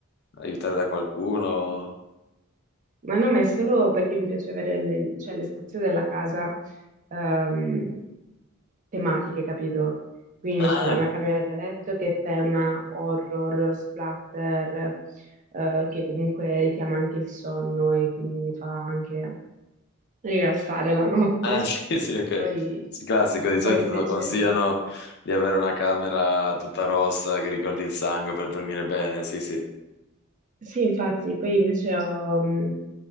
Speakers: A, on the left (about 50°); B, on the right (about 40°).
A: aiutare da qualcuno?
B: Ma no, ma è solo perché mi piace avere le, cioè, le stazioni della casa ehm, tematiche, capito? Quindi
A: Ah,
B: c'è la
A: ok.
B: mia camera da letto che è tema horror, splatter, eh, che comunque richiama anche il sonno e quindi mi fa anche rilassare la notte.
A: Ah, <laughs> sì, sì, ok.
B: Poi,
A: Sì, classico, di solito
B: poi invece...
A: consigliano di avere una camera tutta rossa che ricordi il sangue per dormire bene, sì, sì.
B: Sì, infatti, poi invece ho mh,